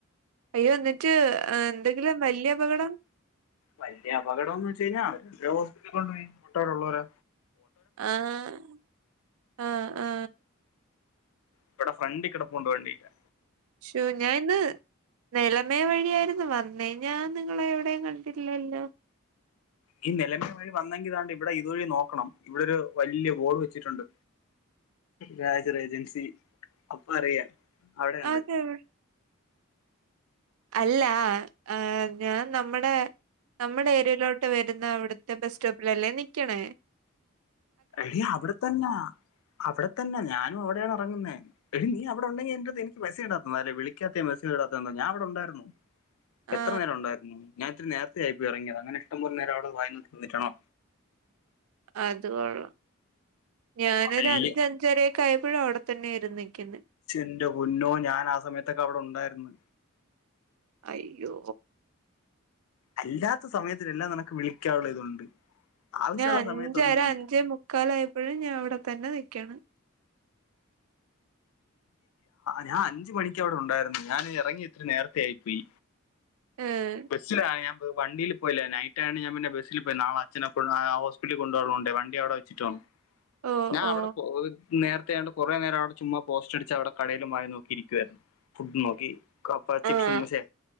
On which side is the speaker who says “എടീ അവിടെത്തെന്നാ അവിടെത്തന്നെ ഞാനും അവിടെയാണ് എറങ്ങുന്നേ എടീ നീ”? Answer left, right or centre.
Left